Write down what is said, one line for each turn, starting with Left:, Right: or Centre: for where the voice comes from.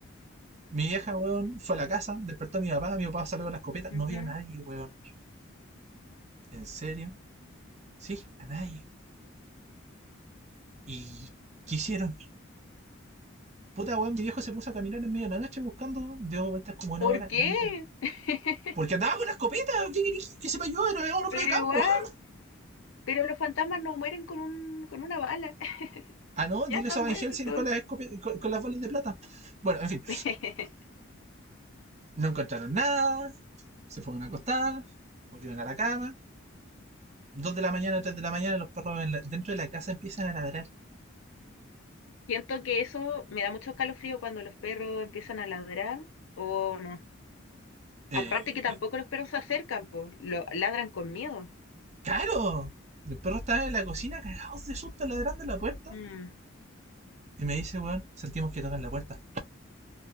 Right: Mi vieja, weón, fue a la casa, despertó a mi papá, mi papá salió con la escopeta,
Left: Ujú.
Right: no vio a nadie, weón. ¿En serio? Sí, a nadie. ¿Y qué hicieron? Puta, weón, mi viejo se puso a caminar en medio de la noche buscando, dio vueltas como una
Left: ¿Por
Right: hora,
Left: qué?
Right: no encontró.
Left: <laughs>
Right: Porque andaba con la escopeta, ¿qué querés que sepa yo? Era un hombre
Left: Pero
Right: de campo.
Left: igual,
Right: <laughs>
Left: pero los fantasmas no mueren con un, con una bala, <laughs>
Right: Ah, no, dile
Left: ya están
Right: eso a Van
Left: muertos.
Right: Helsing con las, escope- con, con las bolas de plata. Bueno, en fin,
Left: <laughs>
Right: no encontraron nada, se fueron a acostar, volvieron a la cama. Dos de la mañana, tres de la mañana, los perros en la- dentro de la casa empiezan a ladrar.
Left: Siento que eso me da mucho escalofrío cuando los perros empiezan a ladrar o no.
Right: eh,
Left: Aparte que tampoco los perros se acercan, po, lo ladran con miedo.
Right: ¡Claro! El perro estaba en la cocina cagados de susto ladrando en la puerta.
Left: Mm,
Right: Y me dice, weón, sentimos que tocan la puerta.